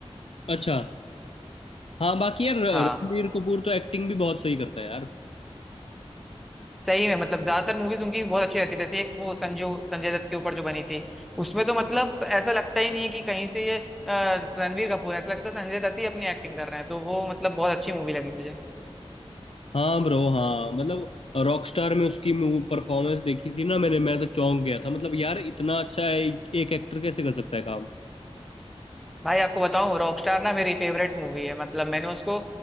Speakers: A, on the left; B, in the centre.
A: अच्छा हाँ बाकी यार र-
B: हाँ
A: रणबीर कपूर तो एक्टिंग भी बहुत सही करता है यार
B: सही है मतलब ज्यादातर मूवीज उनकी बहुत अच्छी रहती है जैसे एक वो संजू संजय दत्त के ऊपर जो बनी थी उसमें तो मतलब ऐसा लगता ही नहीं है कि कहीं से ये अ, रणवीर कपूर है। ऐसा लगता है संजय दत्त ही अपनी एक्टिंग कर रहे हैं तो वो मतलब बहुत अच्छी मूवी लगी मुझे
A: हाँ ब्रो हाँ मतलब रॉकस्टार में उसकी परफॉर्मेंस देखी थी ना मैंने मैं तो चौंक गया था मतलब यार इतना अच्छा है एक एक्टर कैसे कर सकता है काम
B: भाई आपको बताऊं रॉकस्टार ना मेरी फेवरेट मूवी है मतलब मैंने उसको